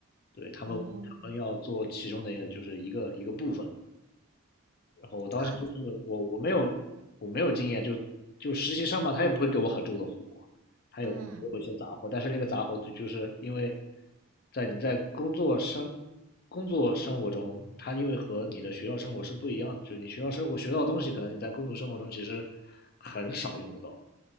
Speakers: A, on the left; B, on the right.
A: 对他们他们要做其中的就是一个一个部分，
B: 哦，
A: 然后我当时就是我我没有我没有经验，
B: 那
A: 就就实习生嘛，他也不会给我很重的活，他有给我一些杂活，
B: 嗯，
A: 但是那个杂活就就是因为在你在工作生工作生活中，他因为和你的学校生活是不一样的，就是你学校生活学到的东西，可能你在工作生活中其实很少用得到，